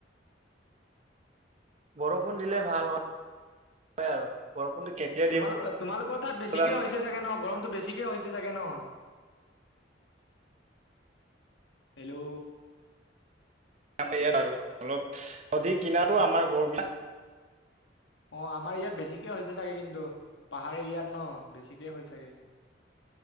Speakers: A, on the right; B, on the left.
A: বৰষুণ দিলে ভাল হয়। হয় আৰু। বৰষুণটো কেতিয়া
B: তোমালোক তোমালোকৰ তাত বেছিকে
A: জানো
B: হৈছে ছাগে ন গৰমটো বেছি বেছিকে হৈছে চাগে ন? হেল্ল'
A: আমাৰ ইয়াত আৰু অলপ নদীৰ কিনাৰো
B: অ
A: আমাৰ ঘৰবিলাক।
B: অ', আমাৰ ইয়াত বেছিকে হৈছে চাগে কিন্তু। পাহাৰ এৰিয়াত ন বেছিকে হয় ছাগে।